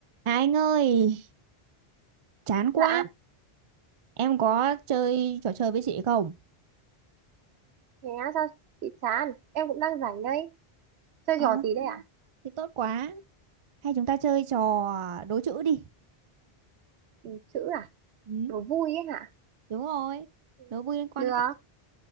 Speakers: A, on the right; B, on the right.
A: À, anh ơi, chán quá.
B: Dạ,
A: Em có chơi trò chơi với chị không?
B: thế á, sao chị chán? Em cũng đang rảnh đây. Chơi
A: Ờ,
B: trò gì
A: thế
B: đấy ạ?
A: thì tốt quá. Hay chúng ta chơi trò đố chữ đi.
B: Ừ, chữ à?
A: Ừ,
B: Đố vui ấy hả?
A: đúng rồi.
B: Ừ,
A: Đố vui liên quan
B: Được,
A: đến cách...